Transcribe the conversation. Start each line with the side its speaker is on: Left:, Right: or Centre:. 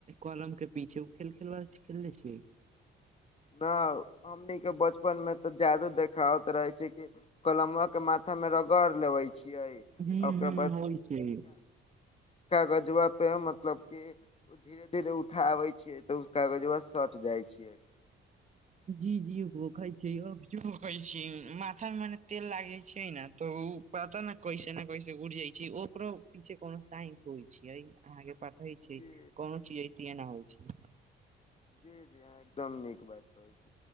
Right: कलम के पीछे ओ खेल खेलबा छी खेलने छी।
Left: न हमनीके बचपन में तऽ जादे देखावत रहे छै कि कलम्वा के माथा में रगड़ लेबय छियै।
Right: हूं
Left: ओकर
Right: हूं होइ छै।
Left: कागजबा पे मतलब की धीरे धीरे उठाबै छियै तऽ ऊ कागजबा सऽट जाइ छियै।
Right: जी जी होखै छै, अभियो होखै छी माथा मे मने तेल लाग जाइ छै न तऽ ओ पता ना कैसे ने कैसे उड़ि जाइ छै। ओकरो पीछे कोनो साइंस होइ छीयै। अहाँके पतहे छै,
Left: जी
Right: कोनो चीज ऐसे एना होइ छै।
Left: जी-जी अहाँ एकदम नीक बात कहै छी।